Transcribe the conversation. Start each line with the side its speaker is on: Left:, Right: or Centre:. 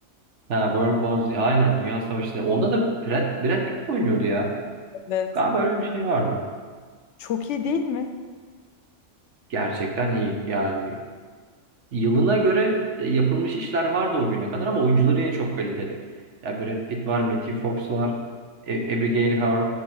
Right: Ha, World War Z. Aynen Dünya Savaşı. Onda da Brad, Brad Pitt mi oynuyordu ya?
Left: Evet.
Right: Galiba öyle bir şey vardı.
Left: Çok iyi değil mi?
Right: Gerçekten iyi. Yani Yılına göre de yapılmış işler vardı o güne kadar ama oyuncuları yine çok kaliteli. Ya Brad Pitt var, Matthew Fox var, E- Abigail Har